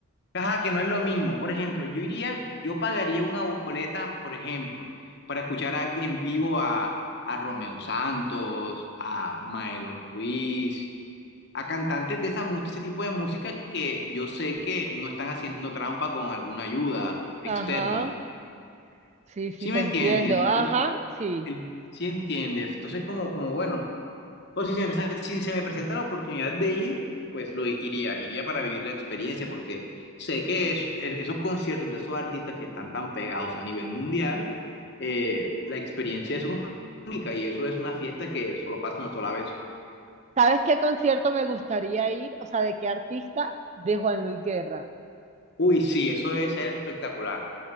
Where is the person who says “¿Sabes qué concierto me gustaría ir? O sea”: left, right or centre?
Right